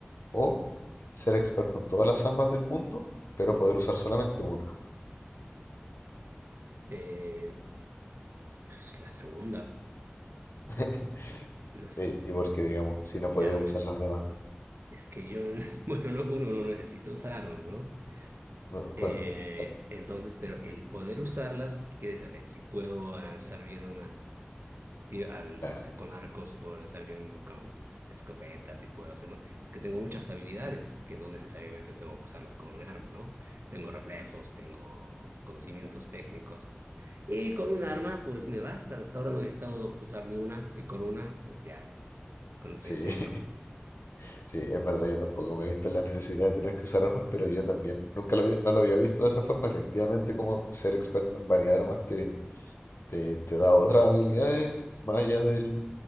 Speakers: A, on the left (about 75°); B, on the right (about 65°).
A: ¿O ser experto en todas las armas del mundo, pero poder usar solamente una?
B: Eh, pues, la segunda,
A: <laughs>
B: no sé.
A: Eh, y porque, digamos, si no puede
B: A
A: usar
B: ver,
A: las demás.
B: es que yo, <laughs> bueno, no, uno no necesita usar armas, ¿no?
A: no, Bueno,
B: Eh,
A: claro,
B: entonces, pero el poder usarlas, ¿qué quiere decir? O sea, si puedo avanzar bien una, tiro al-
A: claro.
B: eh, con arcos y puedo lanzar bien con escopetas y puedo hacer... mu- Es que tengo muchas habilidades que no necesariamente tengo que usarlas con un arma, ¿no? Tengo reflejos, tengo conocimientos técnicos. Y con un arma, pues me basta. Hasta ahora no he estado usar ni una y con una, pues ya, con eso
A: Sí,
B: ya tengo.
A: <laughs> sí, en verdad yo tampoco me he visto en la necesidad de tener que usar armas, pero yo también nunca lo había- no lo había visto de esa forma. Efectivamente, como ser experto en varias armas te, te, te da otras habilidades más allá del,